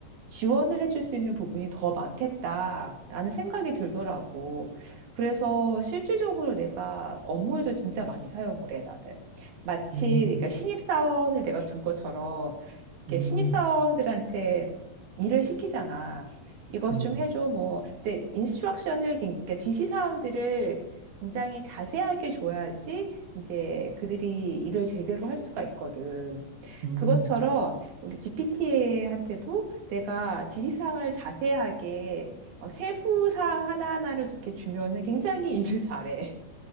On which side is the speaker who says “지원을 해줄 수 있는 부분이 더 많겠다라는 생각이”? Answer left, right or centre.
Right